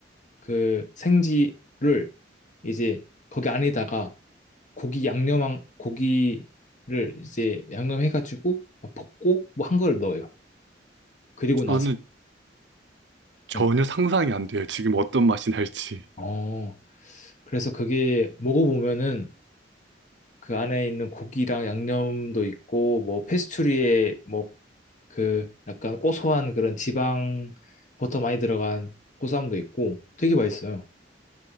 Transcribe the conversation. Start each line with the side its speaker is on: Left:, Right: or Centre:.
Left: 그 생지를 이제 거기 안에다가 고기 양념한 고기를 이제 양념해가지고 막 볶고 뭐 한 걸 넣어요. 그리고 나서
Right: 저는 전혀
Left: 네.
Right: 상상이 안 돼요. 지금 어떤 맛이 날지.
Left: 어 그래서 그게 먹어보면은 그 안에 있는 고기랑 양념도 있고 뭐 패스츄리에 뭐 그 약간 고소한 그런 지방 버터 많이 들어간 고소함도 있고 되게 맛있어요.